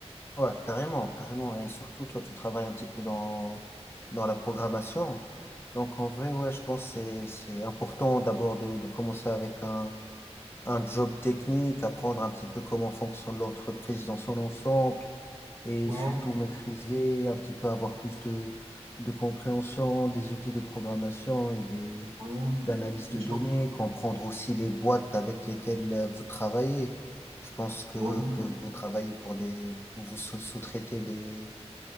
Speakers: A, on the left; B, on the right.
A: Ouais, carrément, carrément. Et surtout, toi, tu travailles un petit peu dans, dans la programmation. Donc, en vrai, ouais, je pense que c'est, c'est important d'abord de, de commencer avec un, un job technique, apprendre un petit peu comment fonctionne l'entreprise dans son ensemble, et
B: Ouais,
A: surtout maîtriser, un petit peu avoir plus de, de compréhension des outils de programmation et des,
B: ouais,
A: d'analyse
B: bien
A: de
B: sûr.
A: données, comprendre aussi les boîtes avec lesquelles euh, vous travaillez. Je pense que,
B: Ouais.
A: que vous travaillez pour des, vous sous- sous-traitez des,